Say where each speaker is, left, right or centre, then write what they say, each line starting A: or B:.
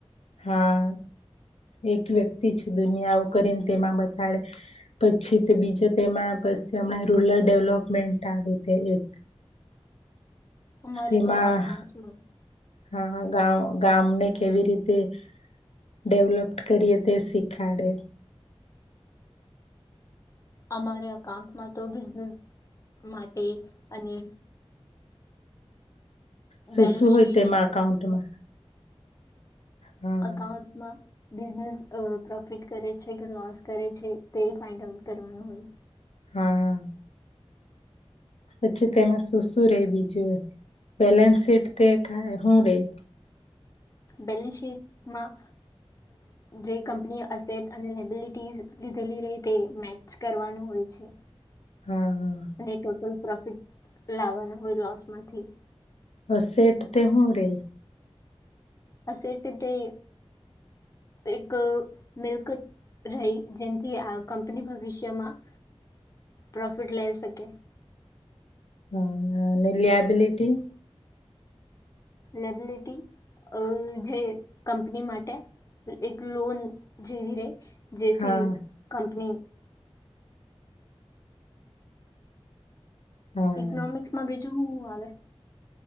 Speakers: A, on the left (about 85°); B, on the left (about 30°).
A: હા એક વ્યક્તિ ચ દુનિયા આવું કરીને તેમાં બતાડે. પછી તે બીજા તેમાં પસી હમણાં રૂરલ ડેવલપમેન્ટ આવે તે એક.
B: અમારે
A: તેમાં
B: તો આ કાઉન્ટ્સ માં.
A: હા ગામ ગામને કેવી રીતે ડેવલપડ કરીએ તે શીખાડે.
B: અમારે અઉન્ટમાં તો બિઝનેસ માટે અને
A: શું
B: બેલેન્સ
A: શું
B: શીટ
A: હોય તેમાં અકાઉન્ટમાં? હા
B: અકાઉન્ટ માં બિઝનેસ પ્રોફિટ કરે છે કે લોસ કરે છે તે ફાઇન્ડ આઉટ કરવાનું હોય.
A: હા. પછી તેમાં શું શું રે બીજું બેલેન્સ શીટ તે ક હું રેય.
B: બેલેન્સ શીટમાં ક જે કંપની અસેટ અને લેબિલિટીઝ લીધેલી રહે તે મેચ કરવાનું હોય છે.
A: હા
B: અને ટોટલ લાવાના હોઈ લોસ માંથી.
A: અસેટ તે હું રેય.
B: એસેટ એટલે એક મિલ્ક રહી જેથી આ કંપની ભવિષ્યમાં પ્રોફિટ લઈ શકે.
A: હા અનેને લ લિયાબ્લિટી.
B: લેબિલિટી અ જે કંપની માટે એક લોન જેવી રહી. જેથી
A: હા
B: કંપની
A: હા
B: ઇકોનોમિક્સમાં બી જુ વુ આવેે.